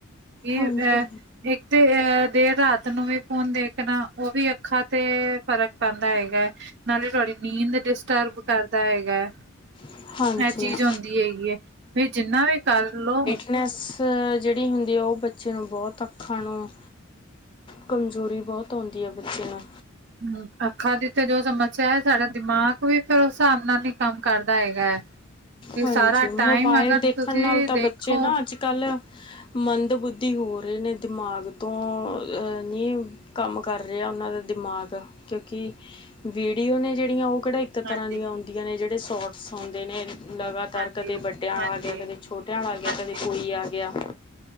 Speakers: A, on the right (about 50°); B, on the left (about 20°).
A: ਇਹ
B: ਹਾਂਜੀ
A: ਅ ਇੱਕ ਤੇ ਅਹ ਦੇਰ ਰਾਤ ਨੂੰ ਵੀ ਫੋਨ ਦੇਖਣਾ ਉਹ ਵੀ ਅੱਖਾਂ ਤੇ ਫ਼ਰਕ ਪੈਂਦਾ ਹੈਗਾ ਹੈ। ਨਾਲੇ ਤੁਹਾਡੀ ਨੀਂਦ ਡਿਸਟਰਬ ਕਰਦਾ ਹੈਗਾ ਹੈ।
B: ਹਾਂਜੀ
A: ਇਹ ਚੀਜ਼
B: ਹਾਂਜੀ।
A: ਹੁੰਦੀ ਹੈਗੀ ਹੈ ਫ ਜਿੰਨਾ ਵੀ ਕਰ ਲਓ।
B: ਫਿਟਨੈਸ ਜਿਹੜੀ ਹੁੰਦੀ ਆ ਉਹ ਬੱਚੇ ਨੂੰ ਬਹੁਤ ਅੱਖਾਂ ਨੂੰ ਕਮਜ਼ੋਰੀ ਬਹੁਤ ਆਂਦੀ ਹੈ ਬੱਚੇ ਨੂੰ
A: ਹਮ ਅੱਖਾਂ ਦੇ ਉਤੇ ਜੋ ਸਮੱਸਿਆ ਹੈ ਸਾਡਾ ਦਿਮਾਗ ਵੀ ਫੇਰ ਉਸ ਹਿਸਾਬ ਨਾਲ ਹੀ ਕੰਮ ਕਰਦਾ ਹੈਗਾ ਹੈ। ਕਿ
B: ਹਾਂਜੀ
A: ਸਾਰਾ
B: ਮੋਬਾਇਲ
A: ਟਾਈਮ ਅਗਰ
B: ਦੇਖਣ
A: ਤੁਸੀਂ
B: ਨਾਲ ਤਾਂ
A: ਦੇਖੋ
B: ਬੱਚੇ ਨਾ ਅੱਜ ਕੱਲ ਮੰਦ ਬੁੱਧੀ ਹੋ ਰਹੇ ਨੇ ਦਿਮਾਗ ਤੋਂ ਅਹ ਨੀ ਕੰਮ ਕਰ ਰਿਹਾ ਉਨਾਂ ਦਾ ਦਿਮਾਗ ਕਿਉਂਕਿ ਵੀਡੀਓ ਨੇ ਜਿਹੜੀਆਂ ਉਹ ਕਢਾਈ ਇੱਕ ਤਰ੍ਹਾਂ
A: ਹਾਂਜੀ,
B: ਦੀਆਂ ਹੁੰਦੀਆਂ ਨੇ ਜਿਹੜੇ ਸੋਟਸ ਔਦੇ ਨੇ ਲਗਾਤਾਰ
A: ਹਾਂਜੀ,
B: ਕਦੇ ਵੱਡਿਆਂ
A: ਹਾਂਜੀ,
B: ਵਾਲ ਆ ਗਿਆ, ਕਦੇ ਛੋਟਿਆਂ ਵਾਲ ਆ ਗਿਆ,
A: ਹਾਂਜੀ।
B: ਕਦੇ ਕੋਈ ਆ ਗਿਆ।